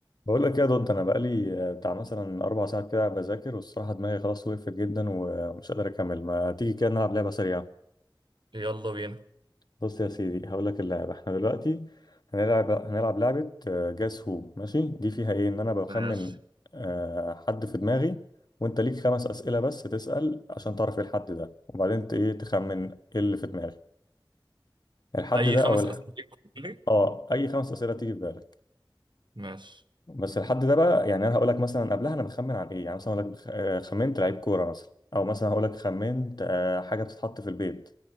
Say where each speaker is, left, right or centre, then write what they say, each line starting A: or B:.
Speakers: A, on the left (about 55°); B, on the right (about 65°).
A: بقول لك ايه يا دود انا بقالي آه، بتاع مثلا اربع ساعات كده بذاكر والصراحه دماغي خلاص وقفت جدا ومش قادر اكمل ما تيجي كده نلعب لعبه سريعه
B: يلا بينا
A: بص يا سيدي هقول لك اللعبه احنا دلوقتي هنلعب هنلعب لعبه جاس هو ماشي دي فيها ايه ان انا بخمن
B: ماشي
A: آه، حد في دماغي وانت ليك خمس اسئله بس تسال عشان تعرف ايه الحد ده وبعدين ت- ايه تخمن ايه اللي في دماغي الحد
B: اي
A: ده
B: خمس
A: او الح...
B: اسئله ليك.
A: اه اي خمس اسئله تيجي في بالك
B: ماشي
A: بس الحد ده بقى يعني انا هقول لك مثلا قبلها انا بخمن عن ايه يعني مثلا اقول لك بخ- آه، خمنت لعيب كوره مثلا او مثلا هقول لك خمنت آه، حاجه بتتحط في البيت